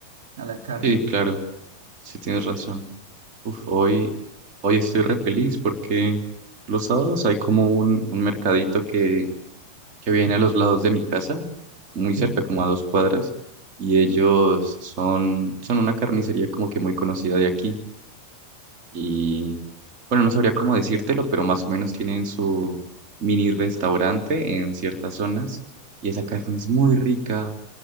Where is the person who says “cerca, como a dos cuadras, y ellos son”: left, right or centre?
Right